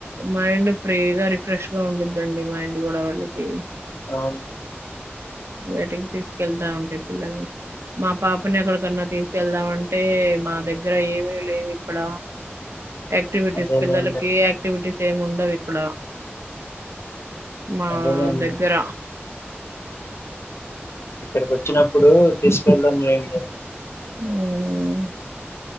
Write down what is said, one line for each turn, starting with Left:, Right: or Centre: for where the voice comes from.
Right: మైండ్ ఫ్రీగా రిఫ్రెష్ గా ఉండద్దండి మైండ్ కూడా వాళ్ళకి
Left: అవును
Right: బయటికి తీసుకెళ్తా ఉంటే పిల్లల్ని మా పాపని ఎక్కడకన్నా తీసుకెళ్దామ అంటే మా దగ్గర ఏమి లేవు ఇక్కడ యాక్టివిటీస్
Left: అదేలేండి
Right: పిల్లలకి యాక్టివిటీస్ ఏమి ఉండవు ఇక్కడ మా
Left: అదేలేండి
Right: దగ్గర
Left: ఇక్కడికి వచ్చినప్పుడు తీసుకెళ్దాంలెండి
Right: మ్మ్